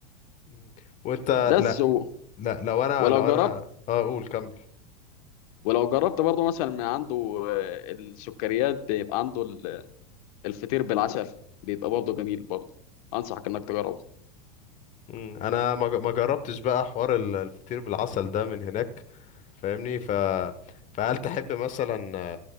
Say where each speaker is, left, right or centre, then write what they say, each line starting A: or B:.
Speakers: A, on the left; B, on the left.
A: مم. وانت
B: بس
A: لا
B: و...
A: لا لو انا
B: ولو
A: لو
B: جربت
A: انا اه قول كمل
B: ولو جربت برضه مثلا من عنده آه، السكريات بيبقى عنده ال- الفطير بالعسل بيبقى برضه جميل برضه انصحك انك تجربه
A: مم. انا ما ج- ما جربتش بقى حوار ال- الفطير بالعسل ده من هناك فاهمني ف فهل تحب مثلا